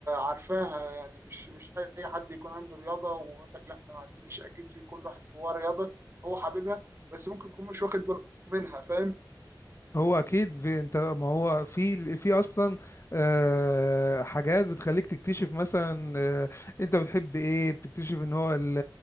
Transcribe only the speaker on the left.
هو اكيد في انت ما هو في في اصلا آه، حاجات بتخليك تكتشف مثلا آه، انت بتحب ايه بتكتشف ان هو ال-